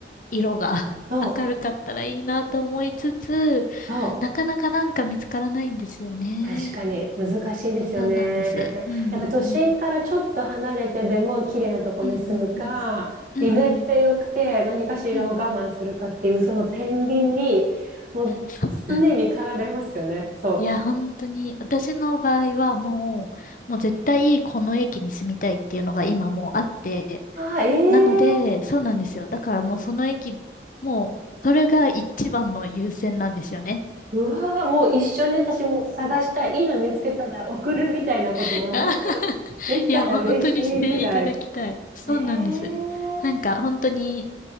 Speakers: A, on the left; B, on the right.
A: 色が <laughs>
B: そう、
A: 明るかったらいいなと思いつつ、
B: そう、
A: なかなかなんか見つからないんですよね。
B: 確かに難しいですよね。
A: そうなんです。うんうんうん。
B: やっぱ都心からちょっと離れてでも綺麗なとこに住むか、
A: うんうんうん。
B: 利便性良くて何かしらを我慢するかっていう、
A: うんうんうん。うんうん。
B: その天秤に、もう常に駆られますよね。
A: そうなんです
B: そう。
A: いや、本当に、私の場合はもう、もう絶対この駅に住みたいっていうのが今もうあって、
B: ああ、ええ
A: なので、そうなんですよ。だからもうその駅、もう、それが一番の優先なんですよね。
B: うわー、もう一緒に私も探したい。いいの見つけたら送るみたいなことを本当
A: <laughs>
B: できたら嬉しいぐらい。
A: いや、本当にしていただきたい。そうなんです。
B: えー
A: なんか、本当に、